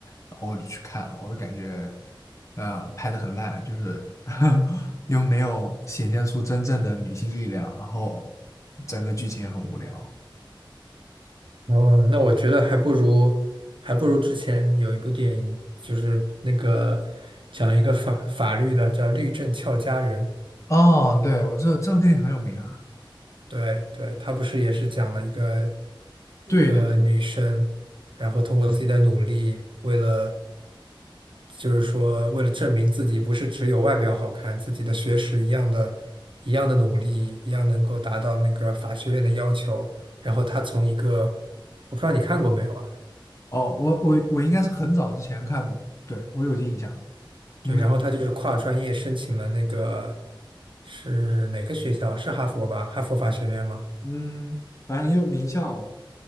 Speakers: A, on the left; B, on the right.
A: 然后我就去看了，我就感觉呃拍的很烂，就是 <laughs> 又没有显现出真正的女性力量，然后整个剧情也很无聊。
B: 哦，那我觉得还不如还不如之前有一部电影，就是那个讲一个法法律的，叫《律政俏佳人》。
A: 哦，对，我这这部电影很有名啊。
B: 对对，他不是也是讲了一个一个女生，
A: 对对对。
B: 然后通过自己的努力，为了就是说为了证明自己不是只有外表好看，自己的学识一样的，一样的努力，一样能够达到那个法学院的要求。然后她从一个我不知道你看过没有啊？
A: 哦，我我我应该是很早之前看过，对，我有印象，
B: 对，
A: 因为
B: 然后她就是跨专业申请了那个是哪个学校？是哈佛吧？哈佛法学院吗？
A: 嗯，反正也有名校嘛，